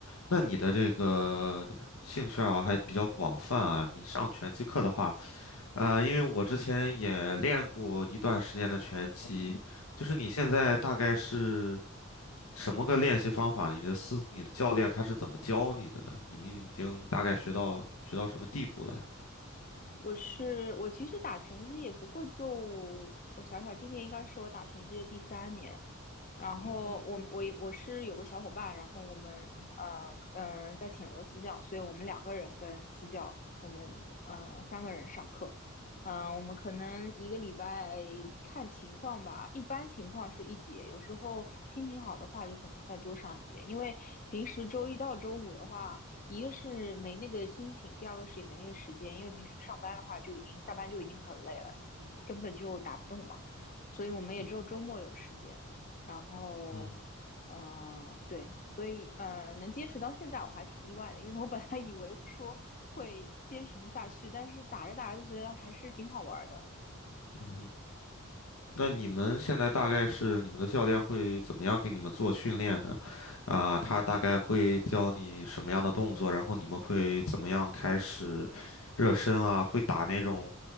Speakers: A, on the left (about 75°); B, on the left (about 40°).
A: 那你的这个兴趣爱好还比较广泛啊。你上拳击课的话，啊、因为我之前也练过一段时间的拳击，就是你现在大概是什么个练习方法呢？你的私，你的教练他是怎么教你的呢？你们已经大概学到学到什么地步了呀？
B: 我是我其实打拳击也不过就我想想，今年应该是我打拳击的第三年，然后我我我是有个小伙伴，
A: 嗯哼，
B: 然后我们呃呃在请了个私教，所以我们两个人跟私教，我们呃三个人上课，嗯、我们可能一个礼拜看情况吧，一般情况是一节，有时候心情好的话就可能再多上一节，因为平时周一到周五的话，一个是没那个心情，第二个是也没那个时间，因为平时上班的话就已经下班就已经很累了，你根本就打不动嘛，所以我们也只有周末有时间。
A: 嗯
B: 然后，
A: 嗯
B: 嗯、对，所以，呃，能坚持到现在我还挺意外的，因为我本来以为说会坚持不下去，但是打着打着就觉得还是挺好玩儿的。
A: 嗯哼，那你们现在大概是你们的教练会怎么样给你们做训练呢？啊、他大概会教你什么样的动作，然后你们会怎么样开始热身啊？会打那种。